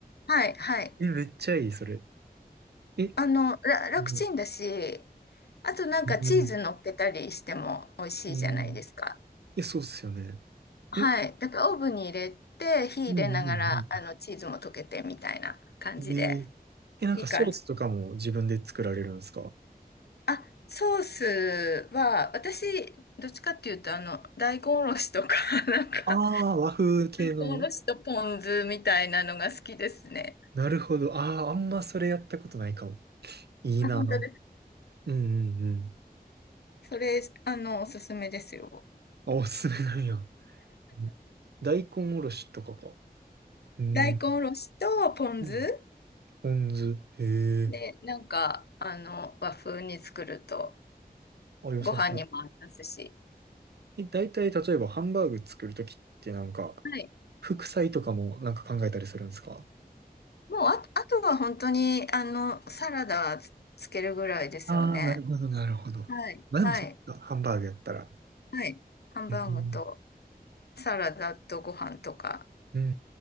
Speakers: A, on the left (about 80°); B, on the right (about 85°).
A: はい、はい。
B: え、めっちゃいい、それ。え、
A: あの、ら、楽ちんだし、
B: うん、
A: あとなんかチーズ乗っけたりしても美味しいじゃないですか。
B: うん、うんえ、そうっすよね。
A: はい。
B: え、
A: だからオーブンに入れて、火入れながら、
B: うん、うん、
A: あの、チーズも溶けてみたいな感じで、
B: うん。えーえ、なんかソースとかも自分で作られるんですか
A: いい感じ。あ、ソースは、私、どっちかっていうと、あの、大根おろしとか、<laughs> なんか、
B: ああー、和風系の。
A: おろしとポン酢みたいなのが好きですね。
B: なるほど。ああ、あんまそれやったことないかも。いいな。
A: あ、本当です。
B: うん、うん、うん。
A: それ、あの、おすすめですよ。
B: あ、おすすめなんや。うん大根おろしとかか。うん。
A: 大根おろしとポン酢。
B: うんポン酢。へえ。
A: で、なんか、あの、和風に作ると、
B: あ、良さそう。
A: ご飯にも合いますし。
B: え、大体、例えばハンバーグ作るときってなんか、
A: はい。
B: 副菜とかもなんか考えたりするんですか
A: もうあ、あとは本当に、あの、サラダつ、つけるぐらいですよね。
B: ああー、なるほど、なるほど。
A: はい。
B: まあでもそっか、
A: はい。
B: ハンバーグやったら。
A: はい。ハンバーグと
B: うん
A: サラダとご飯とか。
B: うんう